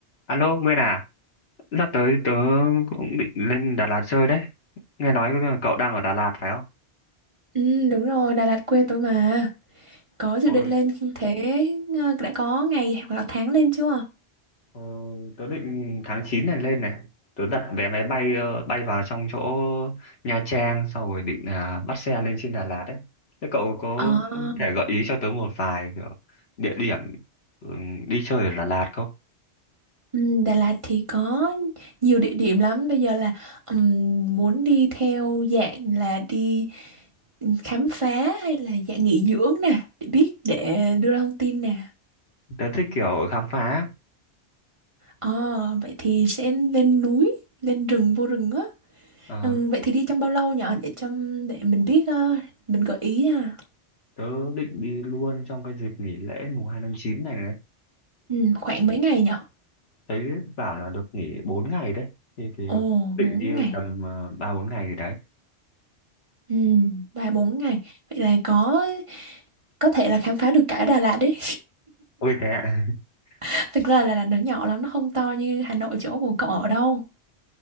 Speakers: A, on the left; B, on the right.
A: Alo, Nguyên à, sắp tới tớ cũng định lên Đà Lạt chơi đấy. Nghe nói cậu đang ở Đà Lạt phải không?
B: Ừ, đúng rồi, Đà Lạt quê tôi mà. Có dự
A: Ôi,
B: định lên thế ờ, đã có ngày hoặc là tháng lên chưa?
A: ờ, tớ định tháng 9 này lên này. Tớ đặt vé máy bay ờ, bay vào trong chỗ Nha Trang sau rồi định là bắt xe lên trên Đà Lạt đấy. Thế cậu có
B: À,
A: thể gợi ý cho tớ một vài kiểu địa điểm ừ, đi chơi ở Đà Lạt không?
B: ừ, Đà Lạt thì có nhiều địa điểm lắm. Bây giờ là ừm, muốn đi theo dạng là đi khám phá hay là dạng nghỉ dưỡng nè, để biết để đưa ra thông tin nè.
A: Tớ thích kiểu khám phá.
B: Ờ, vậy thì sẽ lên núi, lên rừng vô rừng á.
A: Ờ,
B: Ừ, vậy thì đi trong bao lâu nhở để cho để mình biết ờ, mình gợi ý à.
A: tớ định đi luôn trong cái dịp nghỉ lễ mùng 2 tháng 9 này này.
B: Ừ, khoảng mấy ngày nhỉ?
A: thấy bảo là được nghỉ 4 ngày đấy thì thì
B: Ồ,
A: định
B: 4
A: đi
B: ngày.
A: tầm ờ, ba bốn ngày gì đấy
B: Ừ, 3 4 ngày. Vậy là có có thể là khám phá được cả Đà Lạt đấy.
A: ôi thế ạ <laughs>
B: <laughs> Thực ra là Đà Lạt nó nhỏ lắm, nó không to như Hà Nội chỗ của cậu ở đâu.